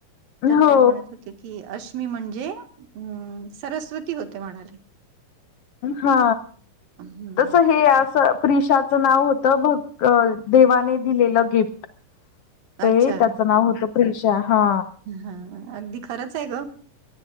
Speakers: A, on the right; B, on the left.
A: तर
B: हो
A: ते म्हणत होते की अश्मी म्हणजे अम् सरस्वती होते म्हणाले
B: हा
A: हम्म
B: तस हे असं प्रिशाचं नाव होतं भक् देवाने दिलेलं गिफ्ट ते
A: अच्छा
B: त्याचं नाव होतं प्रिषा हा
A: हा अगदी खरंच आहे ग